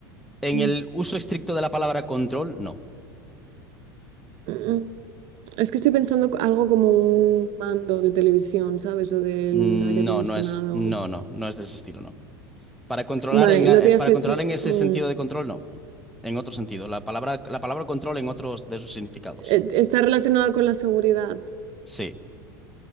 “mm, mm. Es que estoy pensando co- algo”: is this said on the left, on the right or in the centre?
Right